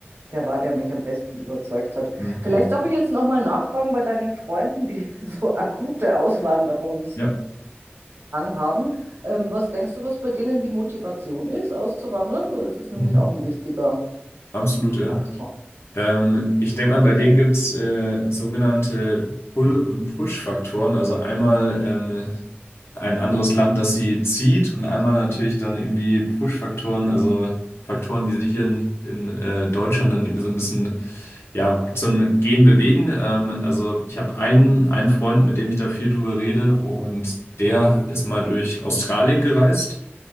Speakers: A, on the right; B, on the left.
A: der war, der mich am besten überzeugt hat.
B: Mhm.
A: Vielleicht darf ich jetzt nochmal nachfragen bei deinen Freunden, die <laughs> so akute Auswanderungsdrang
B: Ja,
A: haben. Ähm, was denkst du, was bei denen die Motivation ist, auszuwandern? Weil das ist nämlich
B: mhm.
A: auch ein wichtiger
B: Absolut, ja.
A: Faktor.
B: Ähm, ich denke mal, bei denen gibt es äh, sogenannte Pull- und Push-Faktoren. Also einmal ähm, ein anderes Land, das sie zieht und einmal natürlich dann irgendwie Push-Faktoren, also Faktoren, die sie hier in, in äh, Deutschland dann irgendwie so ein bisschen ja, zum Gehen bewegen. Ähm, also ich habe einen, einen Freund, mit dem ich da viel drüber rede und der ist mal durch Australien gereist